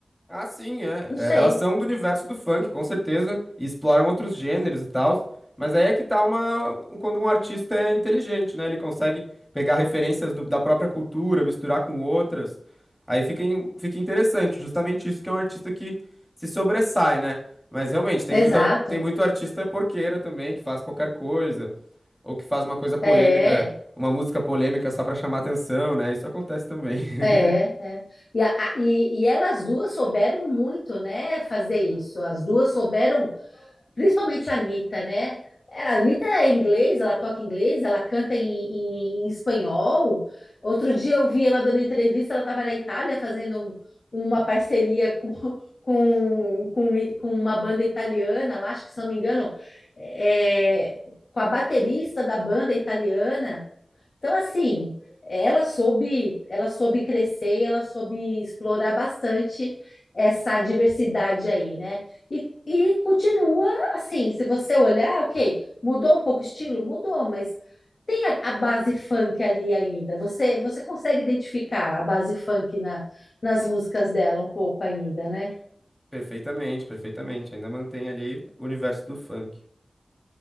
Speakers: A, in the centre; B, on the left.
A: Ah, sim, é.
B: Não
A: É,
B: sei.
A: Elas são do universo do funk, com certeza, e exploram outros gêneros e tal. Mas aí é que tá uma, um, quando um artista é inteligente, né? Ele consegue pegar referências do- da própria cultura, misturar com outras. Aí fica, in- fica interessante, justamente isso que é um artista que se sobressai, né? Mas realmente, tem
B: Exato.
A: muita, tem muito artista porqueira também, que faz qualquer coisa, ou que faz uma coisa polêmica,
B: É,
A: uma música polêmica só pra chamar atenção, né? Isso acontece também. <laughs>
B: é, é. E, a- a- e- e elas duas souberam muito, né, fazer isso. As duas souberam principalmente a Anitta, né? É, A Anitta é inglês, ela toca inglês, ela canta em, em- em espanhol. Outro dia eu vi ela dando entrevista, ela estava na Itália fazendo um- uma parceria com, <laughs> com, com, i- com uma banda italiana lá, acho que se não me engano, é, com a baterista da banda italiana. Então, assim, ela soube, ela soube crescer, e ela soube explorar bastante essa diversidade aí, né? E, e continua assim, se você olhar, ok, mudou um pouco o estilo? Mudou, mas tem a, a base funk ali ainda. Você, você consegue identificar a base funk na, nas músicas dela um pouco ainda, né?
A: Perfeitamente, perfeitamente. Ainda mantém ali o universo do funk.